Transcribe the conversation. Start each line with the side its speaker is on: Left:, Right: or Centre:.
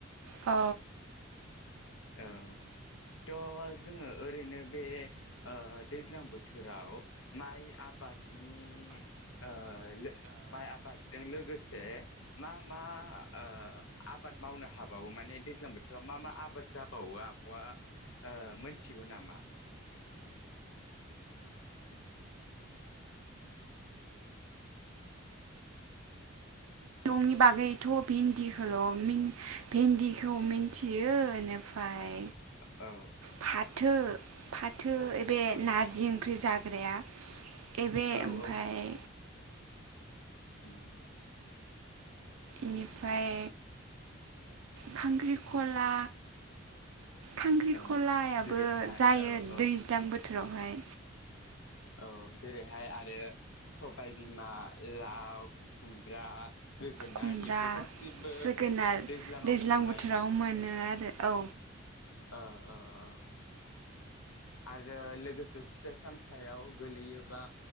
Right: अ
Left: औ त' जोङो ओरैनो बे ओ दैज्लां बोथोराव माइ आबादनि नि ओ लो माइ आबादजों लोगोसे मा मा ओ आबाद मावनो हाबावो माने दैज्लां बोथोराव मा मा आबाद जाबावो आब'आ ओ मोनथिगौ नामा?
Right: <unintelligible> बागैथ' भिन्दिखौल' भिन्दिखौ मिन्थियो एनि फाय
Left: औ
Right: फाथो फाथो ए बे
Left: औ
Right: नारजि
Left: औ
Right: ओंख्रि जाग्राया एबे
Left: औ
Right: ओमफ्राय
Left: औ ओम
Right: इनिफ्राय खांख्रिखला खांख्रिखलायाबो
Left: औ जेरैहाय
Right: जायो
Left: औ औ
Right: दैज्लां बोथोरावहाय
Left: औ जेरैहाय आरो सबाय बिमा, लाव, खुमब्रा जोगोनार
Right: खुमब्रा
Left: इफोर गासिबो
Right: जोगोनार
Left: दैज्लाङाव
Right: दैज्लां
Left: मोननाय
Right: बोथोराव
Left: ना?
Right: मोनो आरो औ
Left: ओ ओ औ आरो लोगोसे फिथाइ सामथायाव गोलैयोबा